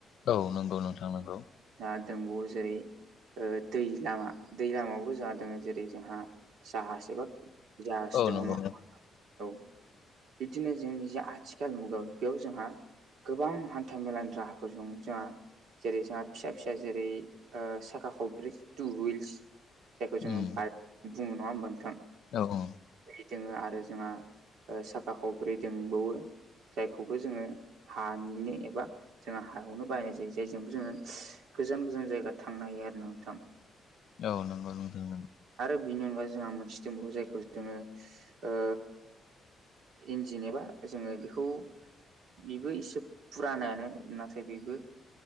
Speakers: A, on the left; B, on the right.
A: औ नंगौ नोंथां नंगौ।
B: आरो दंबावो जेरै ओ दै लामा दै लामायावबो जोंहा दों जेरै जोंहा जाहाज एबा जाहाज
A: औ
B: दङ
A: नंगौ
B: नङा होमबा नोंथां औ बिदिनो जोंनि जे आथिखाल मुगायाव बेयाव जोंहा गोबां हान्था मेलानि राहाफोरजों जोंहा जेरै जोंहा फिसा फिसा जेरै ओ साखा खबब्रै टु हुइल्स जायखौ जोङो
A: उम
B: बाइक बुङो नङा होमबा नोंथां
A: औ औ
B: बेबायदिऩ आरो जोंहा साखा खबब्रै दंबावो जायखौबो जोङो हानिनो एबा जों हायावनो बाहायनाय जायो जायजोंबो जोङो गोजान गोजान जायगा थांनो हायो आरो ना नोंथां
A: औ नंगौ नोंथां नोंगौ
B: आरो बिनि अनगा जोंहा मोनसे दंबावो जायखौ जोङो ओ इन्जिन एबा जोङो बेखौ बेबो एसे फुरानायानो नाथाय बेबो